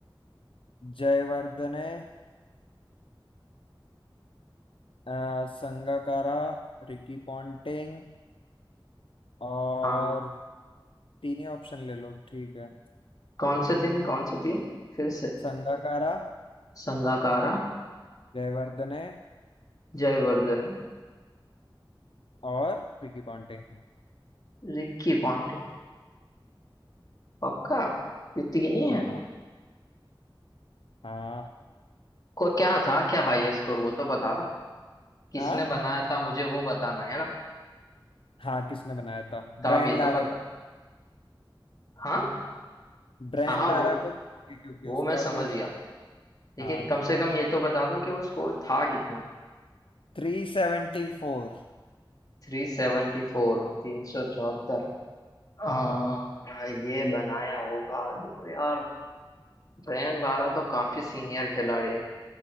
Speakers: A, on the left; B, on the left.
A: जयवर्धने अ, संगाकारा रिकी पॉन्टिंग और
B: हाँ
A: तीन ही ऑप्शन ले लो ठीक है
B: कौन से तीन कौन से तीन फिर से
A: संगाकारा
B: Sangakkara
A: जयवर्धने
B: Jaivardhan
A: और रिकी पॉन्टिंग
B: Ricky Ponting पक्का ये तीन ही है
A: हाँ हाँ
B: को क्या था क्या हाईएस्ट स्कोर वो तो बता किसने
A: हाँ
B: बनाया था मुझे वो बताना है ना
A: हाँ किसने बनाया था
B: तो
A: Brian
B: आप ये
A: Lara
B: तो बता हाँ
A: ब्रायन
B: हाँ हाँ
A: लारा
B: वो
A: को क्योंकि
B: वो
A: उसका
B: मैं समझ
A: तो
B: गया लेकिन
A: हाँ
B: कम से कम ये तो बता दो कि वो स्कोर था कितना
A: थ्री सेवेंटी फोर
B: थ्री सेवेंटी फोर तीन सौ चौहत्तर आ,
A: हाँ
B: ये बनाया होगा देखो यार ब्रेन बारा तो काफी सीनियर खिलाड़ी है